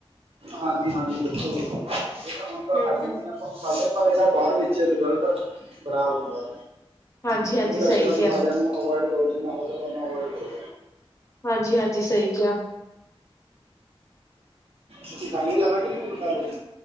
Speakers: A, on the right; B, on the left.
A: ਹਾਂਜੀ ਹਾਂਜੀ ਬਿਲਕੁਲ ਜੀ ਤਾਂ ਹੁਣ ਤਾਂ
B: ਹੂੰ-ਹੂੰ
A: ਖਾਈ ਜਾਂਦੇ ਹਾਂ। ਹੁਣ ਖਾ ਲਏ ਪਰ ਇਹਦਾ ਬਾਅਦ ਵਿੱਚ ਰਿਜ਼ਲਟ ਖ਼ਰਾਬ ਹੁੰਦਾ।
B: ਹਾਂਜੀ-ਹਾਂਜੀ
A: ਇਹਦੇ ਕਰਕੇ
B: ਸਹੀ
A: ਇਹ
B: ਕਿਹਾ
A: ਮਸਾਲਿਆਂ ਨੂੰ ਅਵੋਇਡ ਕਰੋ ਜਿੰਨਾ ਹੋ ਸਕਦਾ ਉਨਾ ਅਵੋਇਡ ਕਰੋ।
B: ਹਾਂਜੀ, ਹਾਂਜੀ ਸਹੀ ਕਿਹਾ।
A: ਤੁਸੀਂ ਕੰਮ ਹੀ ਖਾਂਦੇ ਕੇ ਜਿਆਦਾ ਖਾਂਦੇ?